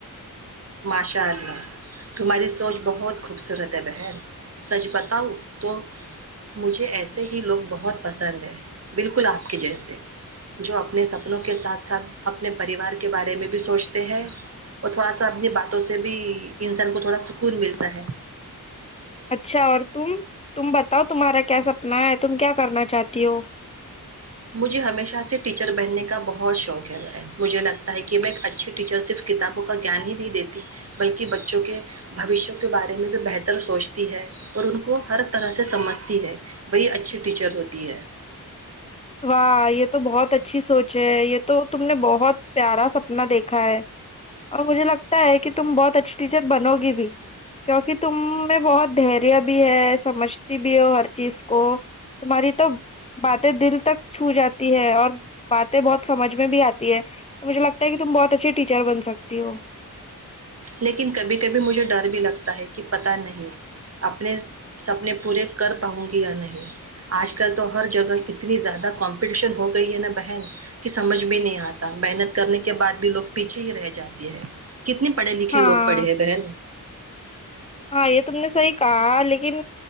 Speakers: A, on the right; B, on the left.
A: ماشاء اللہ تمہاری سوچ بہت خوبصورت ہے بہن سچ بتاؤ تو مجھے ایسے ہی لوگ بہت پسند ہے بالکل آپ کے جیسے جو اپنے سپنوں کے ساتھ ساتھ اپنے پریوار کے بارے میں بھی سوچتے ہیں اور تھوڑا سا اپنی باتوں سے بھی انسان کو تھوڑا سکون ملتا ہے
B: اچھا اور تم تم بتاؤ تمہارا کیا سپنا ہے تم کیا کرنا چاہتی ہو
A: مجھے ہمیشہ سے ٹیچر بہننے کا بہت شوق ہے وہ مجھے لگتا ہے کہ میں ایک اچھی ٹیچر صرف کتابوں کا گان ہی نہیں دیتی بلکہ بچوں کے بھوشوں کے بارے میں بھی بہتر سوچتی ہے اور ان کو ہر طرح سے سمجھتی ہے وہی اچھی ٹیچر ہوتی ہے
B: واہ یہ تو بہت اچھی سوچ ہے یہ تو تم نے بہت پیارا سپنا دیکھا ہے اور مجھے لگتا ہے کہ تم بہت اچھی ٹیچر بنو گی بھی کیوںکہ تم میں بہت دریہ بھی ہے سمجھتی بھی ہو ہر چیز کو تمہاری تو باتیں دل تک چھو جاتی ہے اور باتیں بہت سمجھ میں بھی آتی ہے تو مجھے لگتا ہے کہ تم بہت اچھے ٹیچر بن سکتی ہو
A: لیکن کبھی کبھی مجھے ڈر بھی لگتا ہے کہ پت نہیں اپنے سپنے پورے کر پاؤں گی یا نہیں آج کل تو ہر جگہ اتنی زیادہ کمپٹیشن ہو گئی ہے نا بہن کہ سمجھ میں نہیں آتا محنت کرنے کے بعد بھی لوگ پیچھے ہی رہ جاتی ہے کتنی پڑھے لکھے
B: ہاں
A: لو پڑھے ہیں بہن
B: ہاں یہ تم نے صحیح کہا لیکن